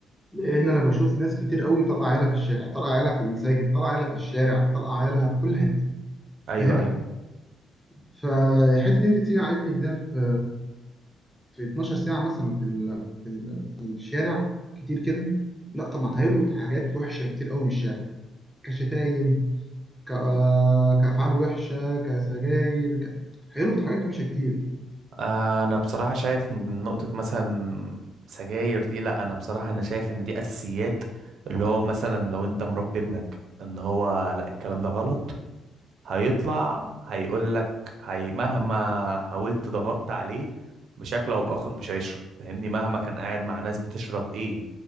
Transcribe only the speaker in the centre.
لان انا بشوف ناس كتير قوي طالعه عيالها في الشارع طالعه عيالها في المساجد طالعه عيالها في الشارع طالعه عيالها في كل حته
فاهم
فالحته دي انت تسيب ابنك ده في في 12 ساعه مثلا في ال... في ال... في الشارع كتير كده لا طبعا هيلقط حاجات وحشه كتير قوي من الشارع كشتايم ك... آه، كافعال وحشه كسجاير ك... هيلقط حاجات وحشه كتير